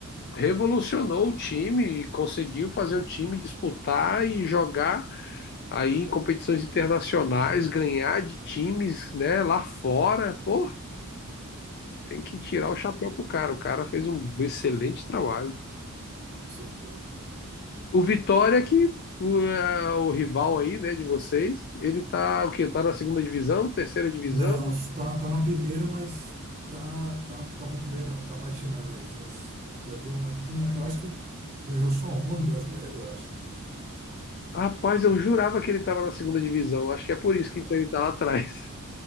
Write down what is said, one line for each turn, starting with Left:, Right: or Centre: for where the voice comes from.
Left: revolucionou o time e conseguiu fazer o time disputar e jogar aí em competições internacionais, ganhar de times, né, lá fora. Pô, tem que tirar
Right: É,
Left: o
Right: com
Left: chapéu pro cara. O cara fez um excelente trabalho.
Right: certeza.
Left: O Vitória, que o, é, o rival aí, né, de vocês, ele tá o quê? Tá na segunda divisão, terceira divisão?
Right: Não, tá, tá na primeira, mas tá, tá, tá muito bem, não. Tá patinando aí. Já já tem uma, eu, não- eu acho que ganhou só uma do brasileiro, eu acho.
Left: Rapaz, eu jurava que ele tava na segunda divisão. Acho que é por isso
Right: Não.
Left: que então ele tá lá atrás.